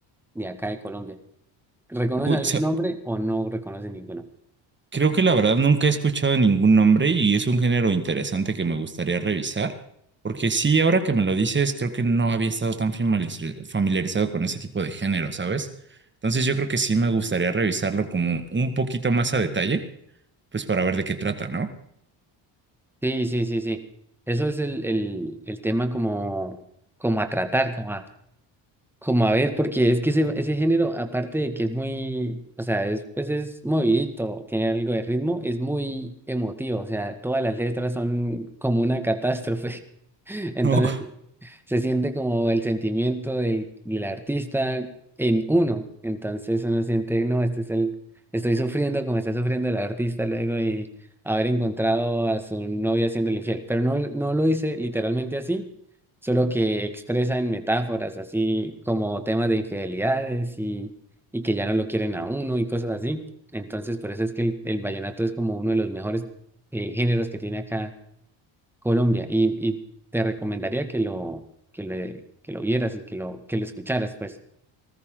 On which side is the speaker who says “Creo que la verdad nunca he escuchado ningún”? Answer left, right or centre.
Right